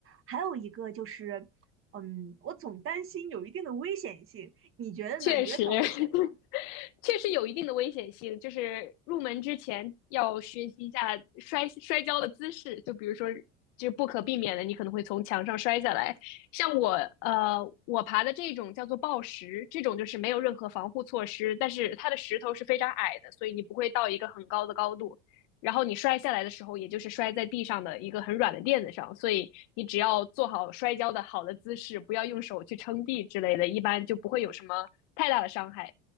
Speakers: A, on the right; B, on the left.
A: 还有一个就是，嗯，我总担心有一定的危险性。你觉得呢？
B: 确实，
A: 你觉得它危险吗？
B: <laughs> 确实有一定的危险性。就是入门之前要学习一下摔摔跤的姿势，就比如说，就不可避免的，你可能会从墙上摔下来。像我，呃，我爬的这种叫做抱石，这种就是没有任何防护措施，但是它的石头是非常矮的，所以你不会到一个很高的高度。然后你摔下来的时候，也就是摔在地上的一个很软的垫子上，所以你只要做好摔跤的好的姿势，不要用手去撑地之类的，一般就不会有什么太大的伤害。